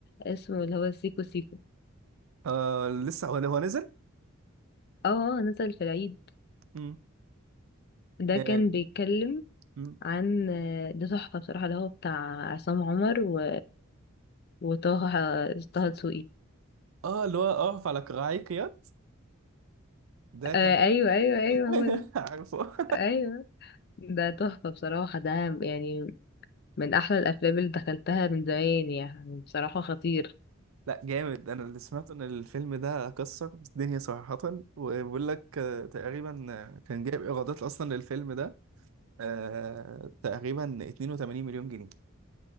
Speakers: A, on the left; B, on the right.
A: اسمه اللي هو سيكو سيكو
B: آه لسه هو هو نزل
A: اه آه، نزل في العيد
B: مم.
A: ده
B: اه
A: كان بيتكلم
B: مم.
A: عن آه، ده تحفة بصراحة اللي هو بتاع عصام عمر و... وطه طه دسوقي
B: آه، اللي هو اقف على كراعي قياد ده كان
A: آه
B: هو.
A: أيوه أيوه أيوه
B: <laughs>
A: هو ده
B: عارفه
A: أيوه ده تحفة بصراحة ده يعني من أحلى الأفلام اللي دخلتها من زمان يعني بصراحة خطير
B: لا جامد انا اللي سمعت ان الفيلم ده كسر الدنيا صراحة وبيقول لك آه، تقريبا آه، كان جايب ايرادات اصلا للفيلم ده آه تقريبا 82 مليون جنيه